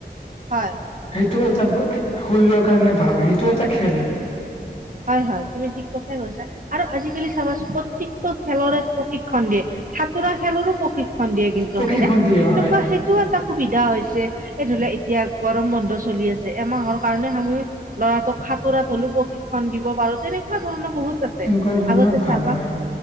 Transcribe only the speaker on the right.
হয়
হয় হয় তুমি ঠিক কথাই কৈছা আৰু আজিকালি চাবাচোন প্ৰত্যেকটো খেলৰে প্ৰশিক্ষণ দিয়ে। সাঁতোৰা খেলৰো প্ৰশিক্ষণ দিয়ে কিন্তু
হয়নে
তেনেকুৱা
সেইটো এটা সুবিধা হৈছে এই ধৰি লহ এতিয়া গৰম বন্ধ চলি আছে এমাহৰ কাৰণে সাঙুৰি ল'ৰাটোক সাঁতোৰাত হলেও প্ৰশিক্ষণ দিব পাৰো, তেনেকুৱা ধৰণৰ বহুত আছে
আগতে চাবা